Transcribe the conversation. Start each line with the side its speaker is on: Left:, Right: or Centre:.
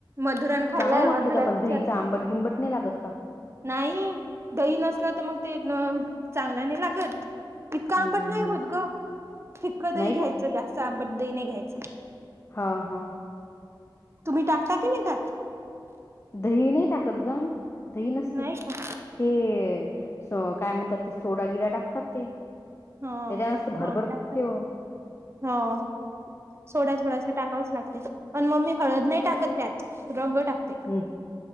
Right: मधुरान खाल्लाय
Left: चांगला लागते
Right: मधुरा
Left: का पण
Right: विचार
Left: दहीचा आंबट गिंबट नाही लागत का.
Right: नाही दही नसलं तर मग ते चांगल नाही लागत. इतकं
Left: हम्म
Right: आंबट नाही
Left: हम्म
Right: होत ग फिक्कं दही
Left: नाही
Right: घ्यायचं
Left: का
Right: जास्त आंबट दही नाही घ्यायचं.
Left: हा हा.
Right: तुम्ही टाकता की नेतात
Left: दही नाही टाकत ग म दही नसते
Right: नाही का
Left: ते स काय म्हणात ते सोडा गिडा टाक ते त्याच्या
Right: ह.
Left: नसत भरभर
Right: हो टाकतात
Left: फुगते हो
Right: हो सोडा थोडासा टाकावच लागते पण मग मी हळद नाही टाकत त्यात रंग टाकत
Left: हम्